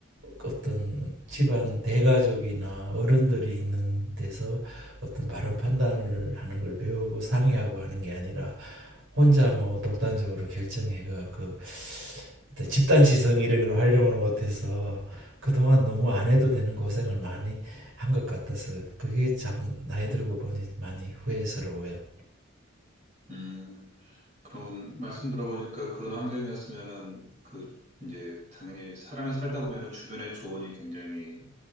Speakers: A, on the right; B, on the right.
A: 어떤 집안 대가족이나 어른들이 있는 데서 어떤 바른 판단을 하는 걸 배우고 상의하고 하는 게 아니라 혼자 뭐 독단적으로 결정해가 그 일단 집단 지성 이런 걸 활용을 못해서 그동안 너무 안 해도 되는 고생을 많이 한 것 같아서 그게 참 나이 들고 보니 많이 후회스러워요.
B: 음, 그런 말씀 들어보니까 그런 환경이었으면은 그 이제 당연히 사람이 살다 보면은 주변의 조언이 굉장히